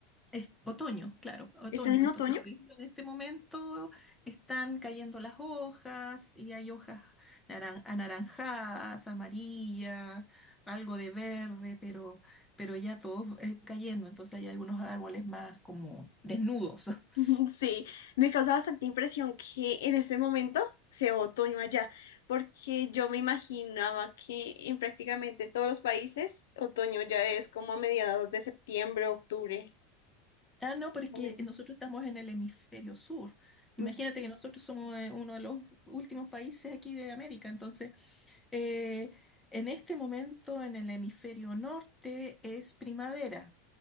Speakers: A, in the centre; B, on the left.
A: Es otoño, claro, otoño,
B: ¿Están en
A: entonces
B: otoño?
A: por eso en este momento están cayendo las hojas y hay hojas naran- anaranjadas, amarillas, algo de verde, pero, pero ya todos eh, cayendo, entonces hay algunos árboles más como desnudos. <laughs>
B: <laughs> Sí, me causa bastante impresión que en este momento sea otoño allá, porque yo me imaginaba que en prácticamente todos los países otoño ya es como a mediados de septiembre, octubre,
A: Ah, no, porque
B: más o menos.
A: nosotros estamos en el hemisferio sur.
B: Ujú,
A: Imagínate que nosotros somos eh, uno de los últimos países aquí de América. Entonces, eh, en este momento en el hemisferio norte es primavera.